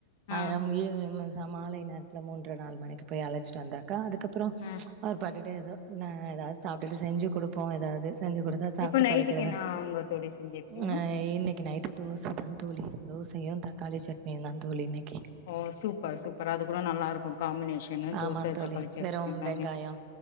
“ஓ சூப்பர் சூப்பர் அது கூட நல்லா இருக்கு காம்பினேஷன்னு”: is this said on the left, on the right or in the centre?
Left